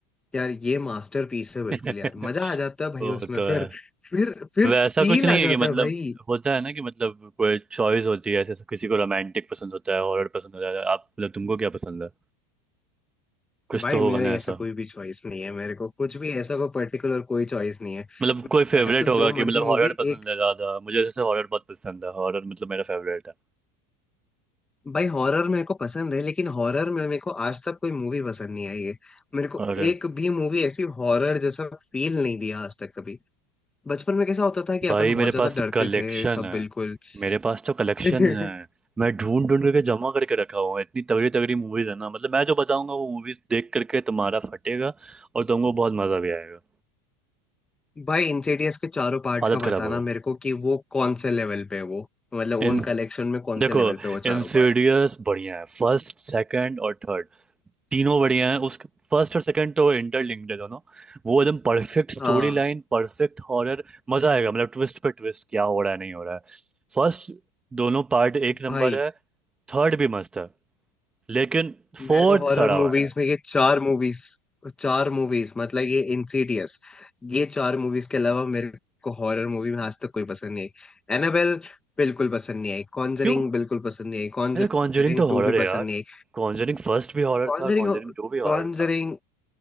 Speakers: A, on the left; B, on the right.
A: यार ये मास्टरपीस है बिल्कुल
B: <laughs>
A: यार मजा आ जाता है भाई
B: वो
A: उसमें
B: तो
A: फिर
B: है
A: फिर फिर
B: वैसा
A: फील
B: कुछ नहीं
A: आ
B: है
A: जाता
B: कि मतलब
A: है भाई
B: होता है ना कि मतलब कोई चॉइस होती है ऐसे किसी को रोमांटिक पसंद होता है हॉरर पसंद होता है आप मतलब तुमको क्या पसंद है कुछ
A: भाई
B: तो
A: मेरे
B: होगा ना ऐसा
A: ऐसा कोई भी चॉइस नहीं है मेरे को कुछ भी ऐसा कोई पर्टिकुलर कोई चॉइस नहीं है
B: मतलब कोई फेवरेट
A: मैं तो जो
B: होगा कि
A: मर्जी
B: मतलब हॉरर
A: मूवी
B: पसंद
A: एक
B: है ज्यादा मुझे जैसे हॉरर बहुत पसंद है हॉरर मतलब मेरा फेवरेट है
A: भाई हॉरर मेरे को पसंद है लेकिन हॉरर में मेरे को आज तक कोई मूवी पसंद नहीं आई है मेरे को
B: और
A: एक भी मूवी ऐसी हॉरर जैसा फील नहीं दिया आज तक कभी बचपन में कैसा होता था कि अपन
B: भाई
A: बहुत
B: मेरे
A: ज्यादा
B: पास
A: डरते
B: कलेक्शन
A: थे सब
B: है
A: बिल्कुल
B: मेरे पास तो कलेक्शन
A: <laughs>
B: है मैं ढूंढ ढूंढ करके जमा करके रखा हुआ है इतनी तगड़ी तगड़ी मूवीज है ना मतलब मैं जो बताऊंगा वो मूवीज देख करके तुम्हारा फटेगा और तुमको बहुत मजा भी आएगा
A: भाई इंसिडियस के चारों पार्ट
B: हालत
A: का
B: खराब
A: बताना
B: होगा
A: मेरे को कि वो कौन से लेवल पे है वो मतलब
B: इन
A: उन कलेक्शन में कौन
B: देखो
A: से लेवल पे है वो चारों
B: इंसिडियस
A: पार्ट
B: बढ़िया है फर्स्ट सेकंड और थर्ड तीनों बढ़िया हैं उस फर्स्ट और सेकंड तो इंटरलिंक्ड है दोनों वो एकदम perfect story
A: हाँ
B: line perfect horror मजा आएगा मतलब ट्विस्ट पे ट्विस्ट क्या हो रहा है नहीं हो रहा है फर्स्ट दोनों पार्ट एक नंबर
A: भाई
B: है थर्ड भी मस्त है लेकिन
A: मेरे
B: फोर्थ
A: को हॉरर
B: सड़ा
A: मूवीज
B: हुआ है यार
A: में ये चार मूवीज चार मूवीज मतलब ये इंसीडियस ये चार मूवीज के अलावा मेरे को हॉरर मूवी में आज तक कोई पसंद नहीं आई एनाबेल बिल्कुल पसंद नहीं आई कॉन्जरिंग
B: क्यों
A: बिल्कुल पसंद नहीं आई कॉन्जरिंग
B: अरे कॉन्जरिंग तो
A: टू
B: हॉरर
A: भी
B: है
A: पसंद
B: यार
A: नहीं आई
B: कॉन्जरिंग फर्स्ट भी हॉरर
A: Conjuring
B: था कॉन्जरिंग टू भी हॉरर
A: Conjuring
B: था